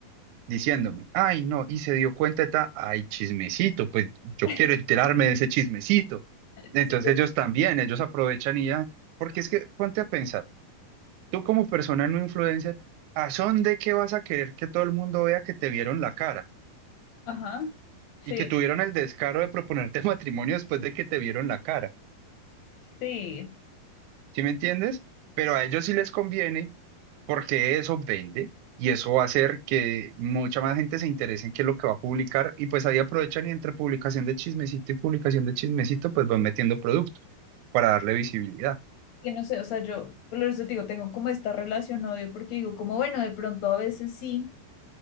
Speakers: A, on the right; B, on the left.
A: diciéndome, ay, no, y se dio cuenta, de ta- ay, chismecito, pues yo
B: <laughs>
A: quiero enterarme de ese chismecito. Entonces
B: sí.
A: ellos también, ellos aprovechan y ya, porque es que ponte a pensar, tú como persona no influencer, ¿a son de qué vas a querer que todo el mundo vea que te vieron la cara
B: Ajá, sí,
A: y que tuvieron el descaro de proponerte <laughs> matrimonio después de que te vieron la cara?
B: sí.
A: ¿Sí me entiendes? Pero a ellos sí les conviene porque eso vende y eso va a hacer que mucha más gente se interese en qué es lo que va a publicar y pues ahí aprovechan y entre publicación de chismecito y publicación de chismecito pues van metiendo productos para darle visibilidad.
B: que no sé, o sea, yo, por eso te digo, tengo como esta relación odio, porque digo, como bueno, de pronto a veces sí